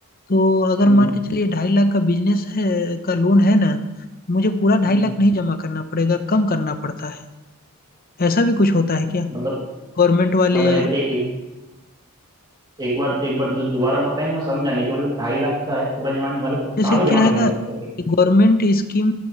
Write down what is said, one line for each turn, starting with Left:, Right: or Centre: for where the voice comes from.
Left: तो अगर
Right: हम्म,
Left: मान के चलिए ढाई लाख का बिजनेस है का लोन है ना मुझे पूरा ढाई
Right: हम्म,
Left: लाख नहीं जमा करना पड़ेगा कम करना पड़ता है ऐसा भी कुछ होता है क्या
Right: मतलब
Left: गवर्नमेंट वाले
Right: मतलब ए, ए, एक एक बार एक बार दो- दोबारा बताएंगे मैं समझा नहीं कि मतलब ढाई लाख का है पूरा जमा नहीं मतलब कुछ
Left: जैसे
Right: कहाँ पे
Left: क्या
Right: जमा करने
Left: है ना
Right: की बात कर रहे हैं
Left: गवर्नमेंट स्कीम